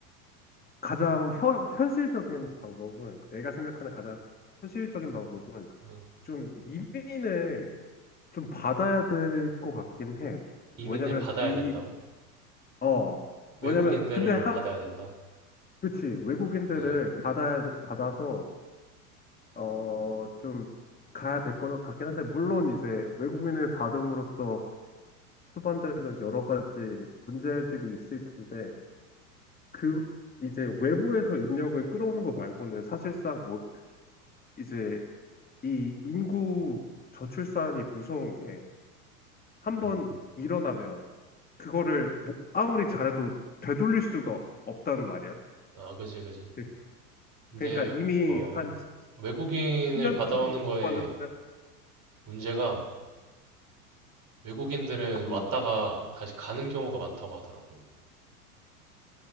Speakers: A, on the left (about 20°); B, on the right (about 45°).
A: 가장 현, 현실적인 방법은 내가 생각하는 가장 현실적인 방법은
B: 어.
A: 좀 이민을 좀 받아야 될 것 같긴 해.
B: 이민을
A: 왜냐면
B: 받아야
A: 이,
B: 된다고?
A: 어,
B: 외국인들을
A: 왜냐면 근데 한,
B: 받아야 된다.
A: 그치 외국인들을
B: 어,
A: 받아야 받아서 어, 좀 가야 될 것 같긴 한데 물론 이제 외국인을 받음으로써 수반되는 여러 가지 문제들이 있을 텐데 그 이제 외부에서 인력을 끌어오는 거 말고는 사실상 뭐 이제 이 인구 저출산이 무서운 게 한 번
B: 음,
A: 일어나면 그거를 뭐 아무리 잘해도 되돌릴 수가 없단 말이야.
B: 아, 그지, 그지.
A: 그-
B: 근데,
A: 그러니까 이미
B: 어,
A: 한
B: 외국인을
A: 10년
B: 받아오는
A: 동안은
B: 거에 문제가 외국인들은 왔다가
A: 음,
B: 다시 가는 경우가 많다고 하더라고.